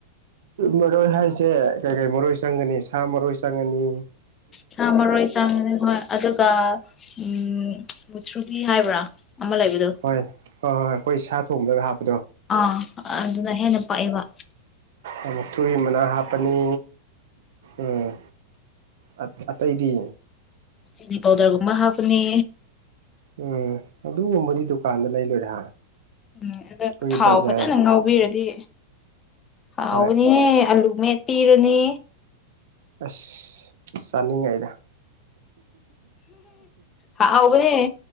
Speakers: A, on the right (about 60°); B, on the left (about 25°).
A: ꯃꯔꯣꯏ ꯍꯥꯏꯁꯦ ꯀꯩ ꯀꯩ ꯃꯔꯣꯏ ꯆꯪꯒꯅꯤ ꯁꯥ ꯃꯔꯣꯏ ꯆꯪꯉꯅꯤ
B: ꯁꯥ ꯃꯔꯣꯏ ꯆꯪꯉꯅꯤ ꯍꯣꯏ ꯑꯗꯨꯒ ꯎ ꯃꯨꯊ꯭ꯔꯨꯕꯤ ꯍꯥꯏꯕ꯭ꯔꯥ ꯑꯃ ꯂꯩꯕꯗꯣ
A: ꯍꯣꯏ ꯍꯣꯏ ꯍꯣꯏ ꯍꯣꯏ ꯑꯩꯈꯣꯏ ꯁꯥ ꯊꯣꯡꯕꯒ ꯍꯥꯞꯄ
B: ꯑꯥ ꯑꯗꯨꯅ ꯍꯦꯟꯅ ꯄꯥꯛꯕ
A: ꯑꯃꯨꯛ ꯊꯨ ꯃꯅꯥ ꯍꯥꯞꯄꯅꯤ ꯎꯝ ꯑ ꯑꯇꯩꯗꯤ
B: ꯆꯤꯂꯤ ꯄꯥꯎꯗꯔꯒꯨꯝꯕ ꯍꯥꯞꯄꯅꯦ
A: ꯎꯝ ꯑꯗꯨꯒꯨꯝꯕꯗꯤ ꯗꯨꯀꯥꯟꯗ ꯂꯩ ꯂꯣꯏꯔꯦ
B: ꯎꯝ ꯑꯗ
A: ꯑꯩꯈꯣꯏꯒꯤ
B: ꯊꯥꯎ
A: ꯕꯖꯥꯔ
B: ꯐꯖꯅ ꯉꯥꯎꯕꯤꯔꯗꯤ ꯍꯥꯎꯕꯅꯦ
A: ꯍꯣꯏ
B: ꯑꯂꯨ ꯃꯦꯠꯄꯤꯤꯔꯨꯅꯦ
A: ꯑꯁ ꯆꯥꯅꯤꯡꯉꯥꯏꯗ
B: ꯍꯥꯎꯕꯅꯦ